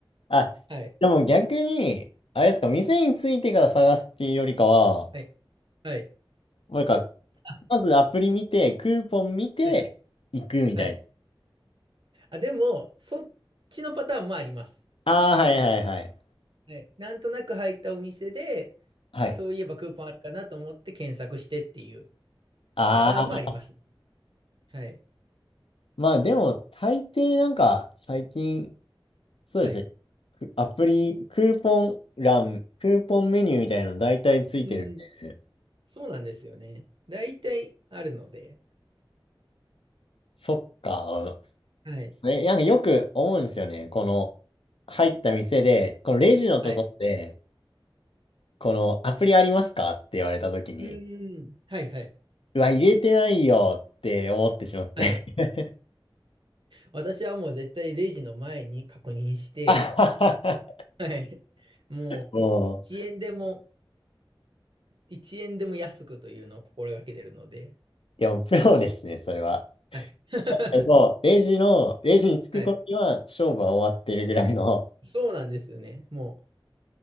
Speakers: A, on the left; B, on the right.
A: あ、
B: はい。
A: でも逆に、あれですか、店についてから探すっていうよりかは、も
B: はい。はい。
A: なんか、
B: あ、
A: まずアプリ見て、クーポン見て、
B: はい。
A: 行くみたいな。
B: はい。あ、でも、そっちのパターンもあります。
A: ああ、はいはいはい。
B: はい。なんとなく入ったお店で、
A: はい。
B: そういえばクーポンあるかなと思って検索してっていう
A: ああ、
B: パターンもあります。はい。
A: まあでも、大抵なんか、最近、そうですね、
B: はい。
A: くアプリ、クーポン欄、クーポンメニューみたいなの大体ついてるんで、
B: うん。そうなんですよね。大体あるので。
A: そっか。
B: はい。
A: ね、なんかよく思うんですよね。この、入った店で、このレジのところで、
B: はい。
A: このアプリありますかって言われたときに、
B: うーん。はいはい。
A: うわ、入れてないよって思ってしまって。
B: はい。
A: <laughs>
B: 私はもう絶対レジの前に確認して、
A: あははは
B: はい。もう
A: もう、
B: 1円でも、1円でも安くというのを心がけてるので。
A: いや、もうプロですね、それは。
B: はい。<laughs>
A: 確かにもう、レジの、レジに着く頃には勝負は終わってるぐらいの、
B: はい。そうなんですよね。も